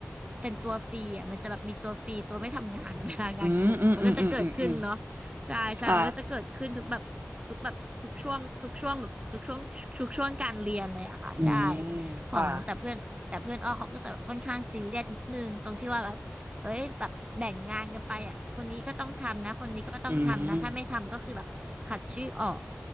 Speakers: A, on the right; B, on the right.
A: เป็นตัวฟรีอ่ะมันจะแบบมีตัวฟรีตัวไม่ทำงานอ่ะ <laughs> เวลางานกลุ่มอ่ะมันก็จะเกิดขึ้นเนาะ
B: อืมอืมอืมอืมอืมอืม
A: ใช่ใช่มันก็จะเกิดขึ้นทุกแบบทุกแบบทุกช่วงทุกช่วงแบบทุกช่วงทุกช่วงการเรียนเลยอะค่ะใช่
B: ค่ะอืม
A: ของแต่เพื่อนแต่เพื่อนอ้อเขาก็จะแบบค่อนข้างซีเรียสนิดนึงตรงที่ว่าแบบเอ้ยแบบแบ่งงานกันไปอ่ะคนนี้ก็ต้องทำนะคนนี้ก็ต้องทำนะถ้าไม่ทำก็คือแบบขัดชื่อออก
B: ค่ะอืม